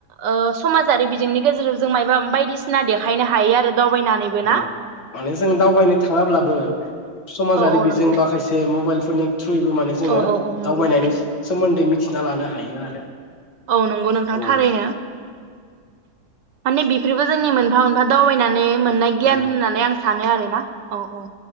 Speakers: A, on the right; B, on the left.
A: ओ समाजारि बिजोंनि गेजेर जों मायबा बायदिसिना देखायनो हायो आरो दावबायनानैबो ना
B: औ माने जों दावबायनो थांङाब्लाबो समाजारि
A: औ औ
B: बिजों
A: नंगौ
B: बा खायसे मबाइल फोरनि थ्रुयैबो माने जोंङो
A: औ औ औ नंगौ
B: दावबायनायनि सोमोन्दै मिथ थिना लानो हायो आरो।
A: औ नंगौ नोंथां
B: औ
A: थारैनो। माने बेफोरबो जोंनि मोनफा मोनफा दावबायनानै मोननाय
B: नंगौ
A: गियान होननानै आं सानो आरोना औ औ